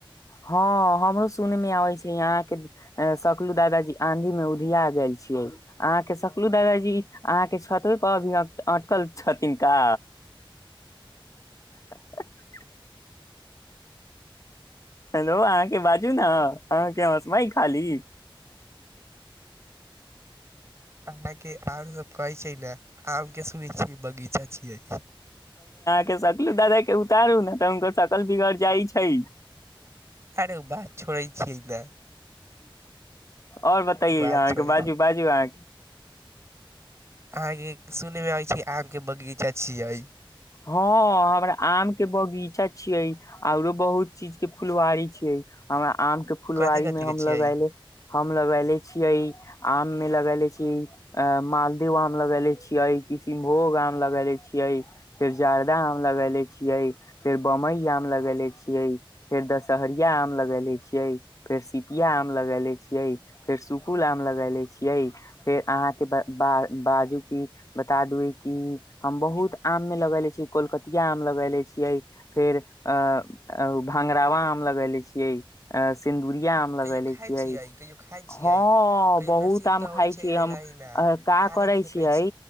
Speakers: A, on the left (about 35°); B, on the right (about 30°).
A: हँ हमरो सुन में आबै छै यहाँ के सकलू दादाजी आंधी मे उधिया गेल छियै अहाँके सकलू दादाजी अहाँ के छ कतब कह भी आटकल छथिन का <unintelligible> हेलो अहाँ के बाजू ने अहाँ के हसमाई खाली
B: अहाँ के आरो सब कहै छै ने आम के सुनै छियै बगीचा छियै
A: के सकलू दादा के उतारू ने तऽ हुनको सकल बिगड़ जाइ छै
B: अरे बात छोड़ै छियै ने
A: आओर बताइयै
B: बात
A: अहाँ
B: छोड़ै
A: के
B: छै
A: बाजू बाजू अहाँ के
B: अहाँके सुनय मे आबै छै आम के बगीचा छियै
A: हँ हमरा आम के बगीचा छियै औरो बहुत चीज के फुलवारी छियै हमरा आम के फुलवारी
B: कथि कथि
A: में हम
B: के छियै
A: लगैले हम लगले छियै आम में लगले छियै अ मालदेव आम लगेले छियै किसनभोग आम लगेले छियै फेर जारदा आम लगेेले छियै फेर बम्बई आम आम लगेले छियै फेर दशहरिया आम लगेले छियै फेर सिपिया आम लगइले छियै फेर सुकुल आम लगैले छियै फेर अहाँ के ब ब बाजू की बता दू कि हम बहुत आ मे लग ले छियै कोलकतिया आम लग ले छियै फेर अ अं भंगड़वा आम लगेले छियै अं सिन यूरिया आम लगेले
B: कहियो खाइ
A: छियै
B: कहियो खाइ छियै
A: हाँ
B: कहियो
A: बहुत
B: नसीब
A: आम
B: तऽ होइ
A: खाय
B: छै
A: छी
B: अयलही
A: हम
B: न
A: का
B: खाली
A: करै
B: फेकै
A: छियै